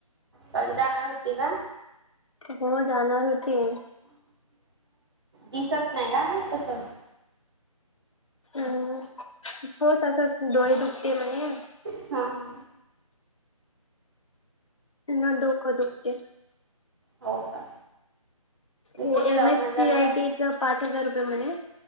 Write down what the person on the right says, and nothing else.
पण जाणार होती ना.
दिसत नाही का तसं.
हा.
हो का.
कोणत्या
दवाखान्यात
जाणार
आहे